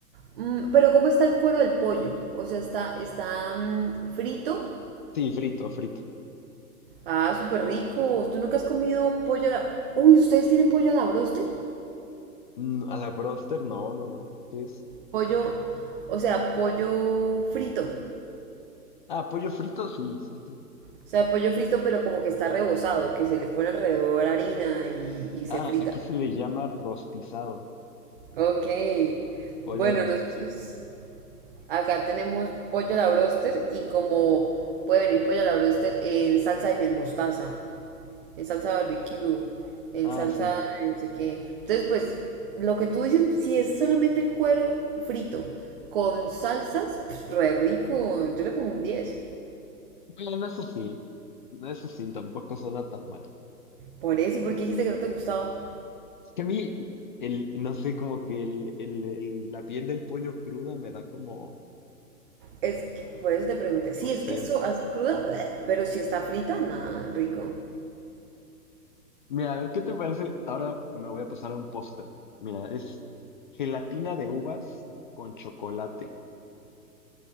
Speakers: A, on the right (about 35°); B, on the left (about 30°).
A: Mm, pero ¿cómo está el cuero del pollo? O sea, está, está mm, frito.
B: Sí, frito, frito.
A: Ah, súper rico. ¿Tú nunca has comido pollo a la... Uy, ¿ustedes tienen pollo a la broster?
B: Mm, A la broster, no, no, no. ¿Qué es?
A: Pollo, o sea, pollo frito.
B: Ah, pollo frito, sí, sí, sí.
A: O sea, pollo frito, pero como que está rebozado, que se le pone alrededor harina y, y se
B: Ah,
A: frita.
B: aquí se le llama rostizado.
A: Ok.
B: Pollo
A: Bueno,
B: rostizado.
A: nosotros acá tenemos pollo a la broster y como puede venir pollo a la broster en salsa de miel mostaza. el salsa barbecue, el
B: Ah,
A: salsa
B: sí.
A: de no sé qué. Entonces, pues, lo que tú dices, si es solamente el cuero frito con salsas, pf, re rico. Yo le pongo un diez
B: Bueno, eso sí. Eso sí, tampoco suena tan mal.
A: Por eso, ¿y por qué dijiste que no te gustaba?
B: Es que a mí, el, no sé, como que el, el, el- la piel del pollo cruda me da como,
A: Es que- por eso te pregunté. Si
B: no sé.
A: es que eso así cruda, bleh, pero si está frita, nada, rico.
B: Mira, a ver, ¿qué te parece? Ahora me voy a pasar a un postre. Mira, es gelatina de uvas con chocolate.